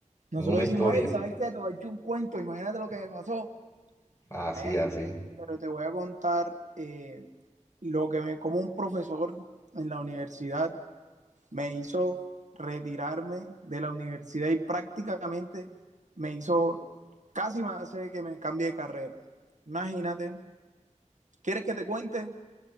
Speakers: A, on the right (about 70°); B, on the left (about 25°).
A: nosotros
B: Una
A: decimos,
B: historia.
A: hey, ¿sabes qué? Te voy a echar un cuento, imagínate lo que me pasó.
B: Así,
A: Imagínate-
B: así.
A: Pero te voy a contar eh, lo que me, como un profesor en la universidad me hizo retirarme de la universidad y prácticamente me hizo, casi me hace que me cambie de carrera. Imagínate, ¿quieres que te cuente